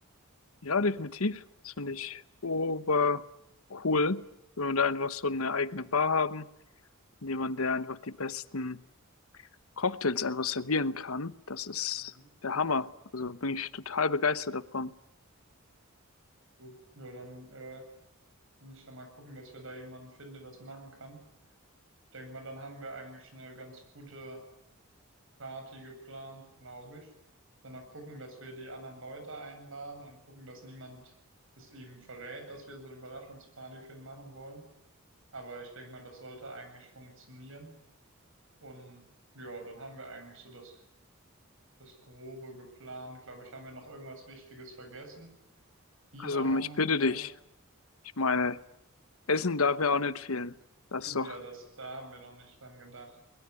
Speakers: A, on the left (about 80°); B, on the right (about 65°).
A: Ja, definitiv. Das finde ich ober cool, wenn wir da einfach so eine eigene Bar haben und jemand, der einfach die besten Cocktails einfach servieren kann. Das ist
B: Mhm.
A: der Hammer. Also bin ich total begeistert davon.
B: Gut, ja, dann äh, will ich da mal gucken, dass wir da jemanden finden, der das machen kann. Denk mal, dann haben wir eigentlich eine ganz gute Party geplant, glaube ich. Dann noch gucken, dass wir die anderen Leute einladen und gucken, dass niemand es ihm verrät, dass wir so eine Überraschungsparty für ihn machen wollen. Aber ich denke mal, das sollte eigentlich funktionieren. Und ja, dann haben wir eigentlich so das, das Grobe geplant. Glaube ich, haben wir noch irgendwas Wichtiges vergessen? Lieder
A: Also ähm,
B: haben
A: ich bitte
B: wir.
A: dich, ich meine, Essen darf ja auch nicht fehlen. Das
B: Und
A: ist doch
B: ja, das, da haben wir noch nicht dran gedacht.